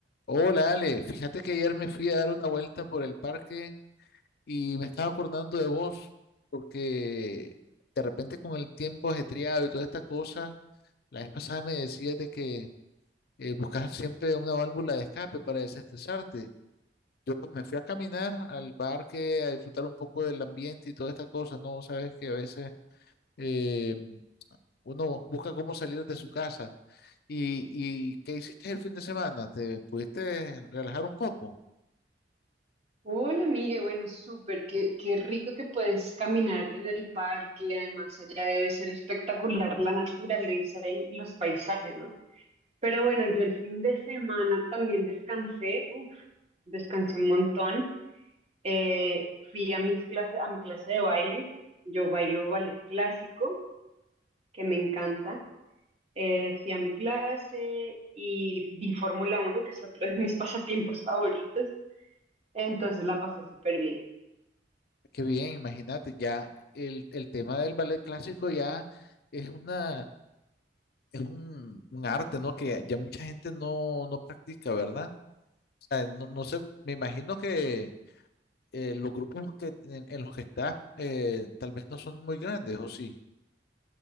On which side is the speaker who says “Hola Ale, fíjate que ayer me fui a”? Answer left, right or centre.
Left